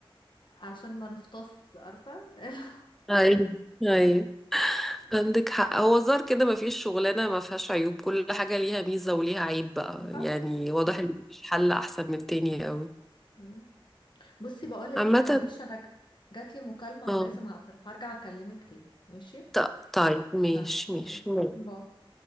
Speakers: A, on the left (about 55°); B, in the centre.
A: عشان ما نفطس عارفة <laughs>
B: ايوه ايوه عندك حق هو الظاهر كده ما فيش شغلانة ما فيهاش عيوب كل حاجة ليها ميزة وليها عيب بقى
A: طبعا
B: يعني واضح ان مفيش حل احسن من التاني قوي
A: مم. بصي بقولك
B: عامة
A: ايه معلش انا ج- جاتلي مكالمة
B: اه
A: ولازم اقفل هرجع اكلمك تاني ماشي
B: ط- طيب ماشي
A: يلا اوكي
B: ماشي
A: باي